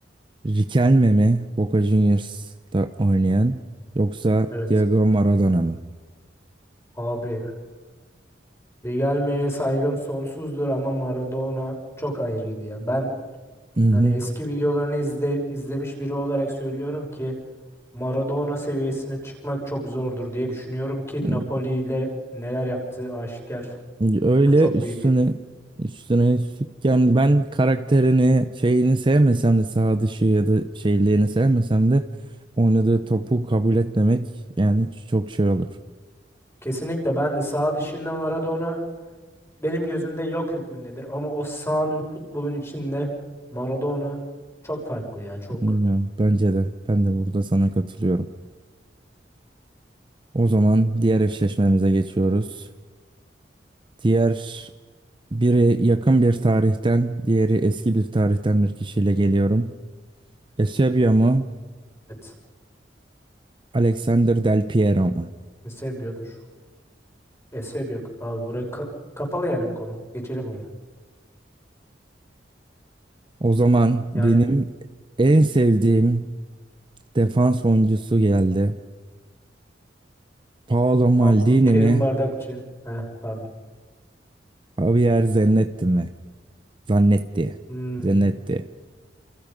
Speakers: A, on the right; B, on the left.
A: Riquelme mi Boca Juniors'ta oynayan yoksa
B: Evet.
A: Diego Maradona mı?
B: Abi Riquelme'ye saygım sonsuzdur ama Maradona çok ayrıydı ya. Ben
A: Hı
B: hani eski videolarını izle, izlemiş biri olarak söylüyorum ki Maradona seviyesine çıkmak çok zordur diye düşünüyorum ki
A: hı.
B: Napoli ile neler yaptığı aşikar.
A: Öyle
B: Yani çok
A: üstüne
B: büyük.
A: üstüne üstlük yani ben karakterini şeyini sevmesem de sağ dışı ya da şeyliğini sevmesem de oynadığı topu kabul etmemek yani çok şey olur.
B: Kesinlikle ben de sağ dışında Maradona benim gözümde yok hükmündedir ama o sahanın futbolun içinde Maradona çok farklı ya çok.
A: Bilmiyorum, Bence de ben de burada sana katılıyorum. O zaman diğer eşleşmemize geçiyoruz. Diğer biri yakın bir tarihten, diğeri eski bir tarihten bir kişiyle geliyorum. Eusebio mu,
B: Evet.
A: Alexander Del Piero mu?
B: Ne seviyordur. E, sebep yok. Abi buraya ka- kapalı yani bu konu. Geçelim buraya.
A: O zaman
B: Yani
A: benim en sevdiğim Defans oyuncusu geldi. Paolo
B: Abdülkerim
A: Maldini mi?
B: Bardakçı. Heh, pardon.
A: Javier Zanetti mi? Zanetti.
B: Hmm.
A: Zanetti.